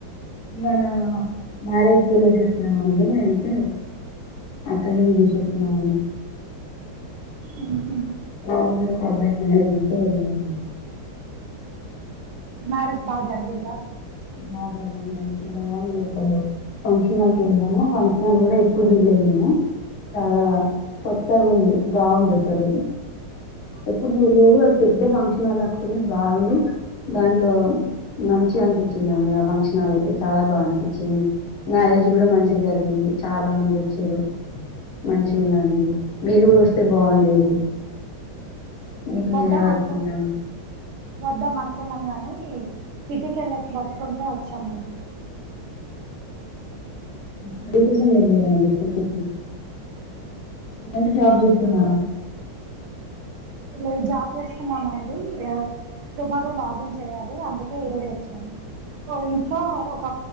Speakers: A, on the left; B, on the right.
A: ఇవాళ మ్యారేజ్ కెళ్లేసి వస్తున్నామండి అంటే అక్కడేది తీసి వస్తున్నామండి
B: ఊహూ
A: <inaudible>
B: మ్యారేజ్ బా జరిగిందా
A: బా జరిగింది <inaudible> ఫంక్షన్లనుకొని వెళ్ళాము ఆ ఫంక్షన్ల్ కూడా ఎప్పుడు బిర్యాని నా చాలా కొత్తగా ఉంది బాగుంది అసలు ఎప్పుడు చెయ్ లేదు అది పెద్ద ఫంక్ష వాళ్ళ అం <unintelligible> బాగుంది దాంట్లో మంచి అనిపి వచ్చిందండి ఆ ఫంక్షన్ల్ హాల్ అయితే చాలా బాగా అనిపిచ్చింది మ్యారేజ్ ఇది కూడా మంచిగా జరిగింది చాలా మంది వచ్చాడు మంచి ఉన్నదండి మీరు కూడా వస్తే బాగుండేది ఇంటి
B: వద్దాం
A: దగ్గర వర్కుందని
B: అనుకో వద్దాం అనుకున్నాం గానీ సిటీకెళ్ళే వర్క్ ఉంటే వచ్చామండి
A: <unintelligible> కోసం వెళ్ళారా అండి సిటీకి లేదంటే జాబ్ చేస్తున్నారా
B: లే జాబ్ చేస్తున్నామండి టుమారో లాగిన్ చేయాలి అందుకే ఈరోజొచ్చాను ఇంట్లో ఒక